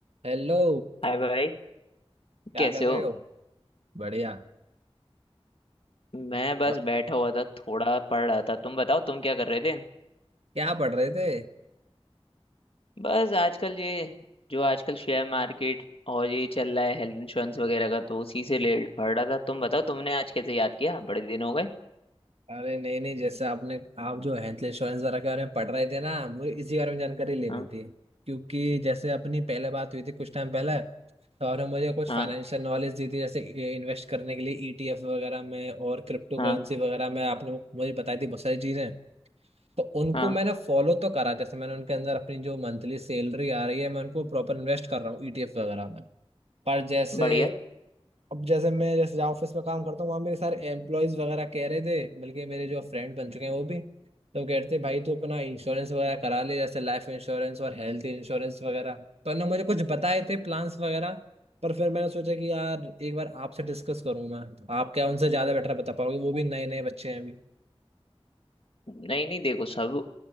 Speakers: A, on the right; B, on the left.
A: Hello
B: हाय भाई
A: क्या
B: कैसे
A: कर रहे
B: हो
A: हो बढ़िया
B: मैं बस
A: अ,
B: बैठा हुआ था थोड़ा पढ़ रहा था तुम बताओ तुम क्या कर रहे थे
A: क्या पढ़ रहे थे
B: बस आजकल ये जो आजकल शेयर मार्केट और ये चल रहा है हेल्थ इंश्योरेंस वगैरह का तो उसी से रिलेटेड पढ़ रहा था तुम बताओ तुमने आज कैसे याद किया बड़े दिन हो गए
A: अरे नहीं नहीं जैसे आपने आप जो हेल्थ इंश्योरेंस वगैरह के बारे में पढ़ रहे थे ना मुझे इसी बारे में जानकारी लेनी
B: हाँ
A: थी क्योंकि जैसे अपनी पहले बात हुई थी कुछ टाइम पहले तो आपने मुझे कुछ
B: हाँ
A: फाइनेंशियल नॉलेज दी थी जैसे इन्वेस्ट करने के लिए ईटीएफ वगैरह में और क्रिप्टो
B: हाँ
A: करेंसी वगैरह में आपने मुझे बताई थी बहुत सारी चीज़ें तो उनको
B: हाँ
A: मैंने फॉलो तो करा जैसे मैंने उनके अंदर अपनी जो मंथली सैलरी आ रही है मैं उनको प्रॉपर इन्वेस्ट कर रहा हूँ ईटीएफ वगैरह में पर जैसे
B: बढ़िया
A: अब जैसे मैं जैसे जहाँ ऑफिस में काम करता हूँ वहाँ मेरे सारे एम्प्लॉयज वगैरह कह रहे थे बल्कि मेरे जो फ्रेंड बन चुके हैं वो भी तो कह रहे थे भाई तू अपना इंश्योरेंस वगैरह करा ले जैसे लाइफ इंश्योरेंस और हेल्थ इंश्योरेंस वगैरह तो ना मुझे कुछ बताए थे प्लान्स वगैरह पर फिर मैंने सोचा कि यार एक बार आपसे डिस्कस करूँ मैं तो आप क्या उनसे ज्यादा बेटर बता पाओगे वो भी नए नए बच्चे हैं
B: नहीं नहीं देखो सब